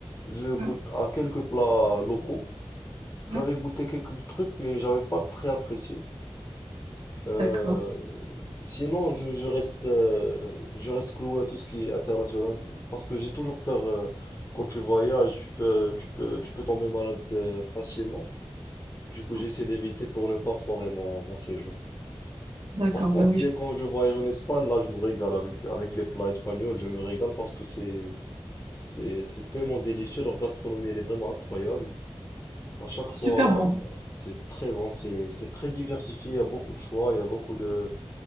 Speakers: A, on the left; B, on the right.
A: Je goûte
B: Ouais,
A: à quelques plats locaux. J'avais
B: ouais.
A: goûté quelques trucs, mais j'avais pas très apprécié. Euh,
B: D'accord.
A: sinon, je, je reste, euh, je reste cloué à tout ce qui est international parce que j'ai toujours peur, euh, quand tu voyages, tu peux, tu peux, tu peux tomber malade, euh, facilement. Du coup,
B: Ouais.
A: j'essaie d'éviter pour ne pas foirer mon, mon séjour.
B: D'accord,
A: Par contre,
B: ben oui,
A: les, quand je voyage en Espagne, là, je me régale avec, avec les plats espagnols, je me régale parce que c'est, C'est c'est tellement délicieux, leur gastronomie, elle est vraiment incroyable. À chaque
B: c'est
A: fois,
B: super bon.
A: c'est très bon, c'est c'est très diversifié, il y a beaucoup de choix, il y a beaucoup de...